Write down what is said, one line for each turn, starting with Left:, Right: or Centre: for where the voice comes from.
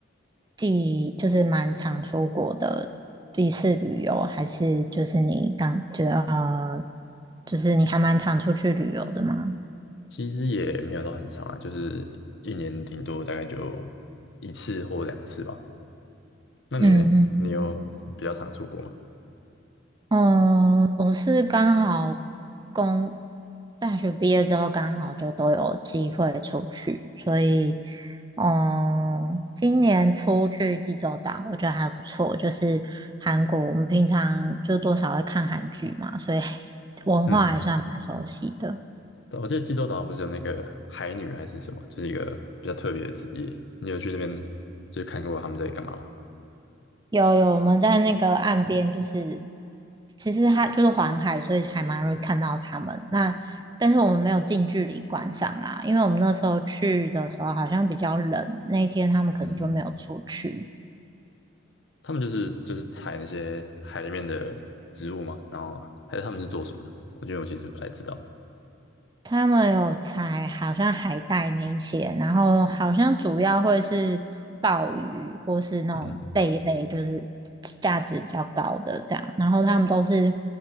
Right: 第就是蛮常出国的一次旅游，还是就是你刚就是呃，就是你还蛮常出去旅游的吗？
Left: 其实也没有到很长啊，就是一年顶多大概就一次或两次吧。那你呢？
Right: 嗯嗯
Left: 你有比较常出国吗？
Right: 嗯，我是刚好工大学毕业之后，刚好就都有机会出去，所以，嗯，今年出去济州岛，我觉得还不错。就是韩国，我们平常就多少会看韩剧嘛，所以 <laughs> 文化还算蛮熟悉的。
Left: 嗯。对我记得济州岛不是有那个海女还是什么，就是一个比较特别的职业。你有去那边就是看过他们在干嘛吗？
Right: 有有，我们在那个岸边，就是其实它就是环海，所以还蛮容易看到它们。那但是我们没有近距离观赏啦，因为我们那时候去的时候好像比较冷，那一天他们可能就没有出去。
Left: 嗯，他们就是就是采那些海里面的植物嘛，然后还是他们是做什么的？我觉得我其实不太知道。
Right: 他们有采好像海带那一些，然后好像主要会是鲍鱼或是那种贝类，
Left: 嗯
Right: 就是价值比较高的这样。然后他们都是